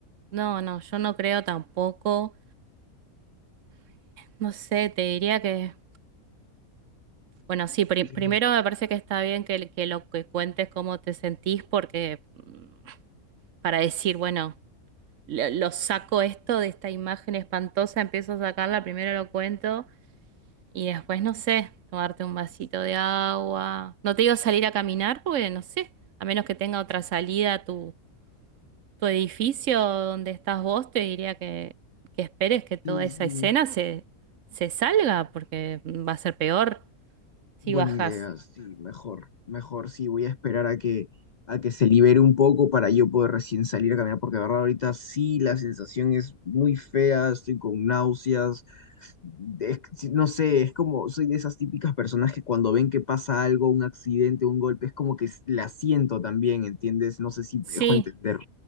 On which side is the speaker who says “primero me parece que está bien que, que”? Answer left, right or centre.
Right